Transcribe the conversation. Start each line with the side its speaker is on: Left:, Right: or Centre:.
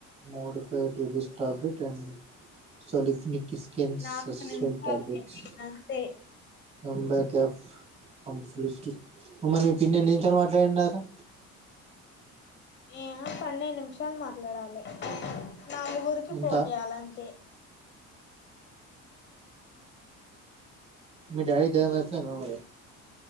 Right: మోడిఫైడ్ <unintelligible> టెన్ సల్ఫినిక్ కిస్ స్కెన్స్
Left: నాలుగు
Right: సస్పెంట్
Left: నిమిషాలు
Right: టాబ్లెట్స్
Left: అయిపోయింది అంతే
Right: come back F comes list మరి పిన్ని ఎన్ని నిమిషాలు మాట్లాడిన్ దటా
Left: ఏమో పన్నెండ్ నిమిషాల్ మాట్లాడాలే నాలుగురికి
Right: ఎంత
Left: ఫోన్ చేయాలంతే
Right: మీ డాడి జరం తక్కో అయిందా మరి